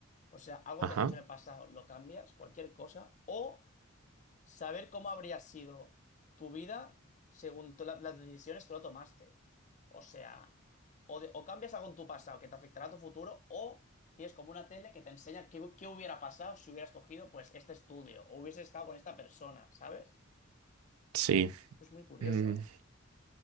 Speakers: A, on the left; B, on the right.
A: O sea, algo
B: Ajá.
A: que has hecho en el pasado, lo cambias, cualquier cosa. O saber cómo habría sido tu vida según to- la- las decisiones que lo tomaste. O sea, o, de- o cambias algo en tu pasado que te afectará a tu futuro, o tienes como una tele que te enseña qué, qué hubiera pasado si hubieras cogido pues este estudio o hubieses estado con esta persona, ¿sabes?
B: Sí.
A: Es muy curioso.
B: Mm,